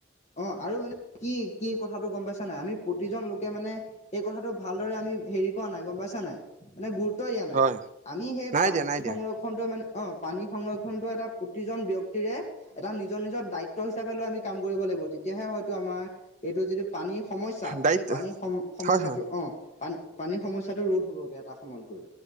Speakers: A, on the left; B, on the right.
A: অ', আৰু মানে কি? কি কথাটো গম পাইছা নাই আমি প্ৰতিজন লোকে মানে এই কথাটো ভালদৰে আমি হেৰি কৰা নাই গম পাইছা নাই মানে গুৰুত্ব দিয়া নাই
B: হয়
A: আমি সেই
B: নাই
A: পানী
B: দিয়া নাই দিয়া
A: সংৰক্ষণটোৱে মানে অ' পানী সংৰক্ষণটো এটা প্ৰতিজন ব্যক্তিৰে এটা নিজৰ নিজৰ দায়িত্ব হিচাপে লৈ আমি কাম কৰিব লাগিব, তেতিয়াহে হয়তো আমাৰ এইটো যিটো পানীৰ সমস্যা,
B: দায়িত্ব
A: সেই পানীৰ সম সমস্যাটো
B: হয় হয়
A: অ', পানী পানীৰ সমস্যাটো ৰোধ হ'বগৈ, এটা সময়ত গৈ।